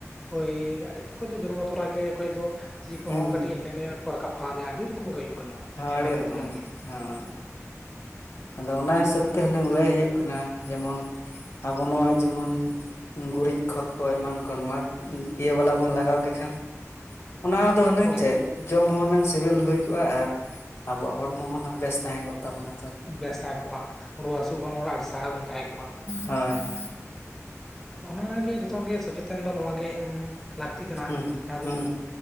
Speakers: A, in the centre; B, on the left.
A: ᱳᱭ ᱚᱠᱚᱭ ᱫᱚ ᱡᱚᱱᱢᱚ ᱛᱚᱨᱟᱮ, ᱚᱠᱚᱭ ᱫᱚ ᱛᱤ ᱠᱚ
B: ᱦᱩᱸ
A: ᱦᱚᱸ ᱠᱟᱹᱴᱤᱡ ᱦᱤᱱᱟᱹ ᱱᱤᱭᱟᱹ ᱠᱚ ᱨᱟᱠᱟᱵ ᱠᱟᱨᱭᱟ ᱟᱹᱰᱤ ᱨᱚᱠᱚᱢ ᱜᱮ ᱦᱩᱭᱩᱜ ᱠᱟᱱᱟ
B: ᱟᱹᱰᱤ
A: ᱟᱭᱢᱟ
B: ᱨᱚᱠᱚᱢ
A: ᱯᱨᱚᱵᱞᱮᱢ
B: ᱦᱩᱭᱩᱜ
A: ᱜᱮ᱾
B: ᱠᱟᱱᱟ ᱦᱮᱸ ᱟᱫᱚ ᱚᱱᱟ ᱦᱤᱥᱟᱹᱵᱽ ᱛᱮ ᱦᱩᱱᱟᱹᱝ ᱞᱟᱹᱭ ᱦᱩᱭᱩᱜ ᱠᱟᱱᱟ ᱡᱮᱢᱚᱱ ᱟᱵᱚ ᱱᱚᱣᱟ ᱡᱮᱢᱚᱱ ᱜᱩᱨᱤᱡ ᱠᱷᱚᱛ ᱠᱚ ᱮᱢᱟᱱ ᱠᱚ ᱱᱚᱣᱟ ᱤᱭᱟᱹ ᱵᱟᱞᱟ ᱵᱚᱱ ᱞᱟᱜᱟᱣ ᱠᱮ ᱠᱷᱟᱱ, ᱚᱱᱟ ᱫᱚ ᱦᱩᱱᱟᱹᱝ
A: ᱦᱳᱭ
B: ᱪᱮᱫ? ᱡᱚᱢ ᱦᱚᱸ ᱦᱩᱱᱟᱹᱝ ᱥᱤᱵᱤᱞ ᱦᱩᱭ ᱠᱚᱜ-ᱟ, ᱟᱨ ᱟᱵᱚᱣᱟᱜ ᱦᱚᱲᱢᱚ ᱦᱚᱸ ᱦᱩᱱᱟᱹᱝ ᱵᱮᱥ ᱛᱟᱦᱮᱸ ᱠᱚᱜ ᱛᱟᱵᱚᱱᱟ ᱥᱮ᱾
A: ᱵᱮᱥ ᱛᱟᱦᱮᱸ ᱠᱚᱜ-ᱟ, ᱨᱩᱣᱟᱹ ᱦᱟᱹᱥᱩ ᱠᱷᱚᱱ ᱚᱲᱟᱜ ᱟᱹᱰᱤ ᱥᱟᱦᱟ ᱨᱮᱵᱚᱱ ᱛᱟᱦᱮᱸ ᱠᱚᱜ-ᱟ᱾
B: ᱦᱳᱭ᱾
A: ᱚᱱᱟᱜᱮ ᱡᱚᱛᱚ ᱦᱚᱲᱜᱮ ᱥᱚᱪᱮᱛᱚᱱ ᱫᱚ ᱱᱚᱣᱟᱜ ᱜᱮ ᱮᱢ ᱞᱟᱹᱠᱛᱤ ᱠᱟᱱᱟ,
B: ᱦᱩᱸ
A: ᱡᱟᱦᱟᱸ
B: ᱦᱩᱸ
A: ᱫᱚ